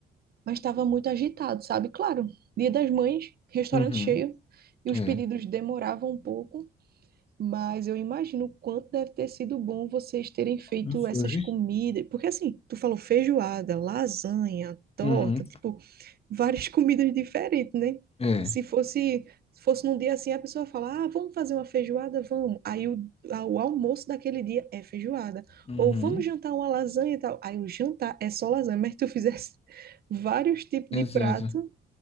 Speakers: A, on the right; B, on the left.
A: Mas tava muito agitado, sabe? Claro, Dia das Mães, restaurante
B: Uhum.
A: cheio, e os
B: é.
A: pedidos demoravam um pouco. Mas eu imagino o quanto deve ter sido bom vocês terem feito
B: Não foi?
A: essas comidas. Porque assim, tu falou feijoada, lasanha, torta,
B: Uhum.
A: tipo, várias <laughs> comidas diferentes, né?
B: É,
A: Se fosse, se fosse num dia assim, a pessoa fala, ah, vamos fazer uma feijoada, vamos. Aí o, a- o almoço daquele dia é feijoada.
B: Uhum.
A: Ou vamos jantar uma lasanha e tal. Aí o jantar é só lasanha, mas tu fizesse <laughs> vários tipos
B: exato.
A: de prato.